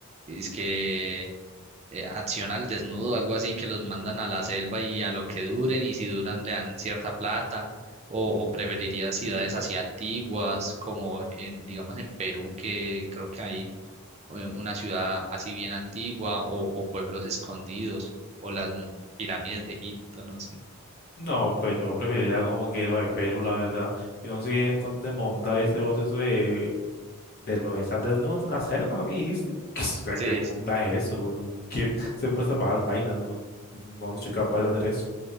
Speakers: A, on the right; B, on the left.
A: Es que eh, acción al desnudo, algo así, que los mandan a la selva y a lo que duren, y si duran le dan cierta plata, o, o preferiría ciudades así antiguas, como en, digamos, en Perú, que creo que hay eh, una ciudad así bien antigua, o, o pueblos escondidos, o las m- pirámides de Egipto, no sé.
B: No, pues yo preferiría como que lo de Perú, la verdad. Yo no sé dónde monda dice vos eso de, de lo de estar desnudo en una selva, lo que dijiste? <laughs> O sea,
A: Sí,
B: ¿qué monda es eso, weón? ¿Quién se presta para esas vainas, weón? No, no soy capaz de hacer eso.